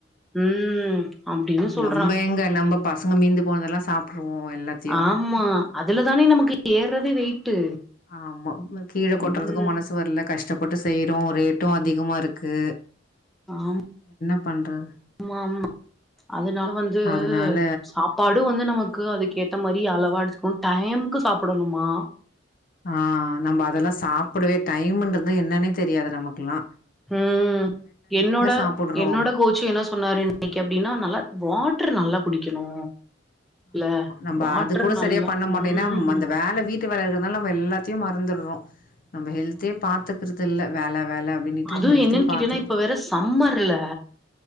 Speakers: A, in the centre; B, on the left.
A: ம் அப்டின்னு சொல்ற
B: நம்ப எங்க நம்ம பசங்க மீந்து போனதெல்லாம் சாப்டுருவோம் எல்லாத்
A: ஆமா அதுல தானே நமக்கு ஏறதே வெயிட்டு
B: ஆமா கீழ கொட்றதுக்கு
A: ம்
B: மனசு வரல கஷ் டப்பட்டு செய்றோ ரேட்டு அதிகமாருக்கு
A: ஆம்
B: என்ன பண்றத்
A: மாம்மா அதனால வந்து
B: அதனால
A: சாப்பாடு வந்து நமக் க்கு அதுக்கேத்த மாரி அளவா எடுத்துக்கோன் டைமுக்கு சாப்டணுமா
B: ஆஹ் நம்ம அதெல்லா சாப்டவே டைம்ன்றது என்னன்னே தெரியாது நமக்குலா
A: ம் என்னோட
B: சாப்புட்றோ
A: என்னோட கோச்சு என்ன சொன்னாரு இன்னைக்கு அப்டின்னா நல்லா வாட்டரு நல்லா குடிக்கணு இல்ல
B: ஆமா நம்ம
A: வாட்டர்
B: அது கூட
A: நல்லா
B: சரியா பண்ண மாட்டோ
A: ம்
B: ஏனா அந்த வேல வீட்டு வேல இருக்றதனால நம்ம எல்லாத்தி எ மறந்துற்றோம் நம்ம ஹெல்தே பாத்துக்றது இல்ல வேல வேல அப்டின்னுட்டு
A: அதுவும்
B: ஹெல்த்தே
A: என்னன்னு
B: பாத்துக்கறது
A: கேட்டீன்னா இப்ப வேற சம்மர்ல